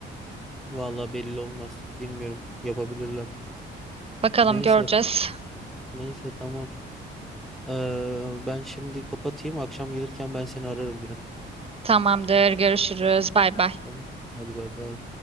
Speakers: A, in the centre; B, on the right.
A: Vallahi belli olmaz. Bilmiyorum. Yapabilirler.
B: Bakalım
A: Neyse.
B: göreceğiz.
A: Neyse tamam. Ee, ben şimdi kapatayım. Akşam gelirken ben seni ararım yine.
B: Tamamdır, görüşürüz. Bay bay.
A: Tamam. Hadi bay bay.